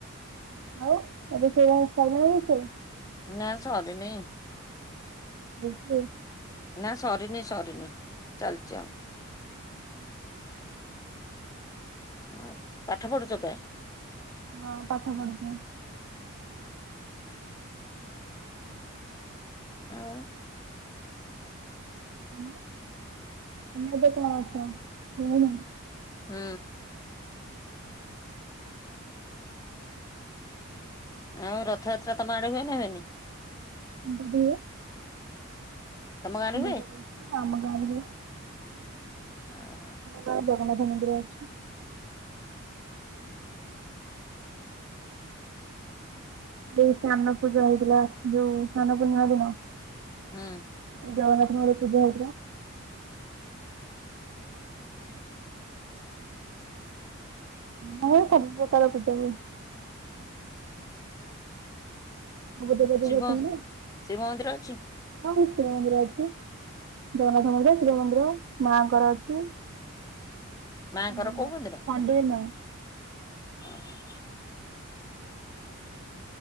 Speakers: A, on the right; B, on the left.
A: ଆଉ ଏବେ ସେଇଆ ସଇଲାଣି କି?
B: ନା ସରିନେଇ।
A: <unintelligible>
B: ନା ସରିନି ସରିନି ଚାଲିଛି ଆଉ।
A: ହୁଁ ହୁଁ।
B: ଆଉ ପାଠ ପଢ଼ୁଛ ପ୍ରାୟ?
A: ହଁ ପାଠ ପଢୁଛି।
B: ଆଉ
A: ତମେ ତମେ ଏବେ କଣ। <unintelligible>
B: ହୁଁ। ଆଉ ରଥଯାତ୍ରା ତମ ଆଡ଼େ ହୁଏନା ହୁଏନି?
A: <unintelligible>
B: ତମ ଗାଁରେ
A: ଆମ
B: ହୁଏ?
A: ଗାଁ ଆମ ଗାଁ ରେ ହୁଏ।
B: ଆହୋ।
A: ଗାଁରେ ଜଗନ୍ନାଥ ମନ୍ଦିର ଅଛି। ଯୋଉ ସ୍ନାନ ପୂଜା ହେଇଥିଲା ଯୋଉ ସ୍ନାନ ପୂର୍ଣ୍ଣିମା ଦିନ।
B: ଉଁ।
A: ଜଗନ୍ନାଥ ଙ୍କ ଘରେ ପୂଜା ହଉଥିଲା। ମୁଁ ସବୁ ପ୍ରକାର ପୂଜା ହୁଏ। <unintelligible>
B: ଶିବ ଶିବ ମନ୍ଦିର ଅଛି
A: ହଁ ସେମ ରେ ଅଛି। ଜଗନ୍ନାଥ ମନ୍ଦିର, ଶିବ ମନ୍ଦିର, ମାଙ୍କର ଅଛି। <unintelligible>
B: ମାଙ୍କର କୋଉ ମନ୍ଦିର? ଓହୋ।